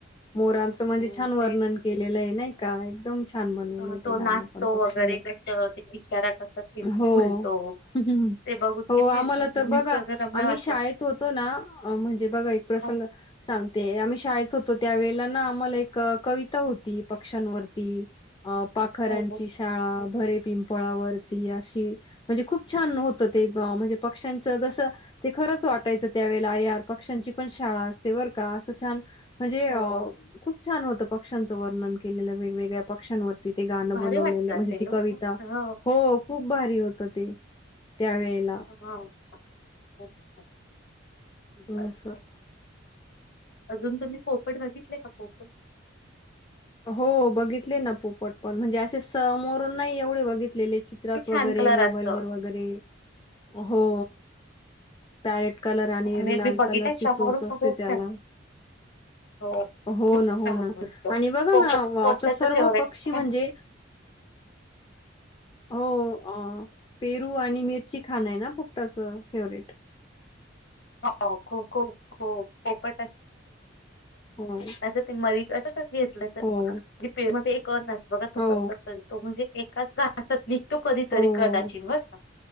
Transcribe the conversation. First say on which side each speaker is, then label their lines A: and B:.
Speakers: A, on the left; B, on the left.
A: मोरांचं म्हणजे
B: मग
A: छान वर्णन
B: ते
A: केलेलं आहे, नाही का. एकदम छान बनवलं
B: अं, तो
A: ते गाणं
B: नाचतो
A: पण पक्ष
B: वगैरे
A: <unintelligible>
B: कसं ते पिसारा कसा फुल
A: हो
B: फुलतो
A: ह हं ह.
B: ते बघून
A: हो
B: किती
A: आम्हाला तर
B: निसर्गरम्य
A: बघा आम्ही
B: वाटतात
A: शाळेत होतो ना म्हणजे बघा एक प्रसंग
B: हो
A: सांगते आम्ही शाळेत होतो, त्यावेेळे ना आम्हाला एक कविता होती पक्षांवर ती अ पाखरांची
B: हो हो
A: शाळा भरे पिंपळावरती अशी म्हणजे खूप छान होती. ते म्हणजे पक्ष्यांच जस ते खरंच वाटायचं त्यावेळेला अरे यार पक्षांची पण शाळा असते बरं का असं छान म्हणजे
B: हो
A: खूप. छान होतं, पक्ष्यांचं वर्णन केलेलं वेगवेगळ्या पक्ष्यांवरती ति ते गाणं
B: भारी
A: बनवलेलं
B: वाटत असेल
A: म्हणजे ती
B: ना
A: कविता
B: हो हा,
A: हो खूप भारी होत ते. त्यावेेळेला
B: हा <unintelligible>
A: हो
B: बस ने. अजून तुम्ही पोपट बघितले का पोपट?
A: हो बघितले ना पोपट पण म्हणजे असे समोरून नाही एवढे बघितलेले. चित्रात
B: खूप छान
A: वगैरे
B: कलर
A: मोबाईल
B: असतो
A: वर वगैरे, हो. पॅरेट कलर आणि
B: मी
A: लाल
B: बी बघितलाय
A: कलर ची
B: समोरून
A: चोच असते
B: पण खूप
A: त्याला.
B: छान हो
A: हो
B: खूप
A: ना-हो
B: छान
A: ना
B: दिसतो
A: आणि बघ ना
B: पोपट
A: <unintelligible>
B: पोपटाच
A: आता सर्व
B: फेवरेट
A: पक्षी म्हणजे
B: हो
A: हो अ पेरू आणि मिरची खाणं आहे ना पोपटाच फेवरेट.
B: हो को-को-को कोकट
A: हो
B: <unintelligible> त्याच का घेतलंस <unintelligible>
A: हो
B: मध्ये एक कण नसतो ग तो
A: हो
B: कस करतो म्हणजे कसा हसत निघतो कधीतरी
A: हो
B: कदाचित
A: हो
B: बरं का,